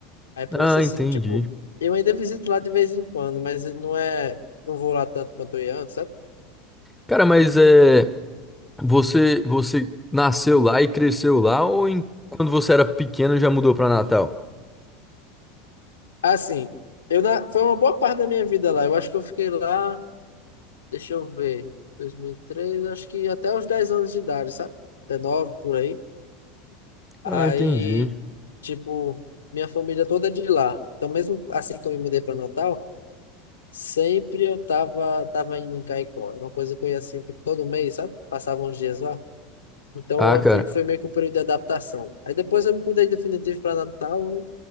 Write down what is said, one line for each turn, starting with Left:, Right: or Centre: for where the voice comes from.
Left: Aí por
Centre: Ah,
Left: isso, assim,
Centre: entendi.
Left: tipo, eu ainda visito lá de vez em quando, mas não é. Não vou lá tanto quanto eu ia antes, sabe?
Centre: Cara, mas é... Você, você nasceu lá e cresceu lá ou em- quando você era pequeno já mudou pra Natal?
Left: Assim, eu na... foi uma boa parte da minha vida lá. Eu acho que eu fiquei lá, deixa eu ver, 2003, acho que até os 10 anos de idade, sabe? 19 por aí. Aí,
Centre: Ah, entendi.
Left: tipo, minha família toda é de lá. Então, mesmo assim que eu me mudei para Natal, sempre eu tava, tava indo em Caicó. Era uma coisa que eu ia assim, tipo, todo mês, sabe? Passava uns dias lá. Então,
Centre: Ah,
Left: eh,
Centre: cara.
Left: foi, foi meio que um período de adaptação. Aí depois eu me mudei definitivo para Natal.